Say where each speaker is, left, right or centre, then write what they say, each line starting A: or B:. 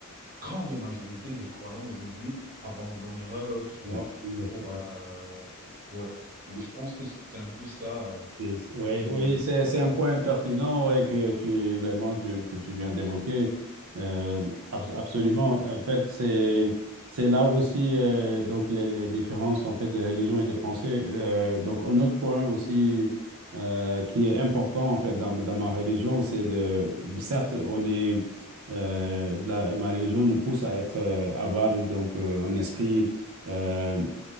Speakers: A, on the right (about 40°); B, on the right (about 70°).
A: grande majorité des croyants aujourd'hui abandonnera leur foi
B: oui, oui,
A: pour...
B: oui,
A: euh, ouais. Donc,
B: oui,
A: je pense que c'est un peu ça. euh,
B: C'est- Oui,
A: hum,
B: oui, c'est, c'est un point pertinent ouais, que tu vraiment du- que tu viens d'évoquer. Euh, abs- absolument. En fait, c'est c'est là aussi euh, donc les, les différences en fait de religion et de pensée. Euh, donc un autre point aussi euh, qui est important en fait dans, dans ma religion, c'est de certes on est euh, la- ma religion nous pousse à être euh, avoir donc euh, un esprit euh,